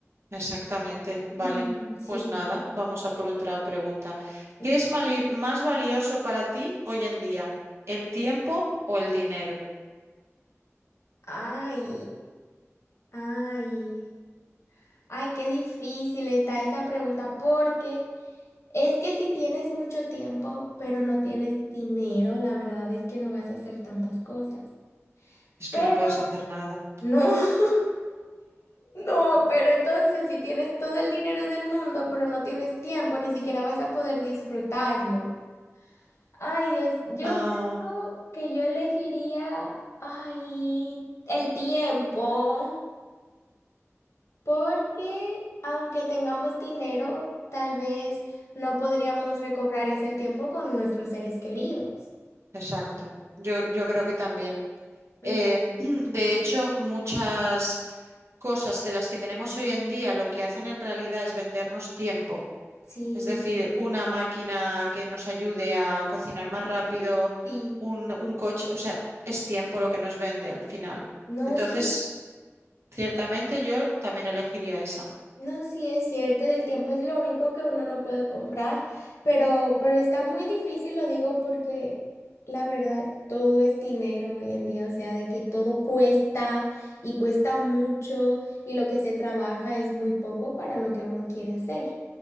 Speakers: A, on the right; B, on the left.
A: Exactamente, vale.
B: Ujú, Sí.
A: Pues nada, vamos a por otra pregunta.
B: Ujú.
A: ¿Qué es mali- más valioso para ti hoy en día? ¿El tiempo o el dinero?
B: Ay, ay, ay, qué difícil está esa pregunta porque... Es que si tienes mucho tiempo, pero no tienes dinero, la verdad es que no vas a hacer tantas cosas.
A: Es que
B: Pero
A: no puedes hacer nada.
B: no, <laughs> no, pero entonces si tienes todo el dinero del mundo, pero no tienes tiempo, ni siquiera vas a poder disfrutarlo. Ay, Dios, yo
A: Ah,
B: creo que yo elegiría, ay, el tiempo, porque aunque tengamos dinero, tal vez no podríamos recobrar ese tiempo con nuestros seres queridos.
A: exacto. Yo, yo creo que también.
B: Ujú.
A: Eh, <clears throat> de hecho, muchas cosas de las que tenemos hoy en día lo que hacen en realidad es vendernos tiempo.
B: Sí,
A: Es decir, una máquina que nos ayude a cocinar más rápido,
B: sí.
A: un, un coche, o sea, es tiempo lo que nos vende al final.
B: No,
A: Entonces,
B: sí,
A: Ciertamente yo también elegiría esa.
B: no, sí es cierto, el tiempo es lo único que uno no puede comprar, pero, pero está muy difícil, lo digo porque la verdad todo es dinero hoy en día, o sea, de que todo cuesta y cuesta mucho y lo que se trabaja es muy poco para lo que uno quiere hacer.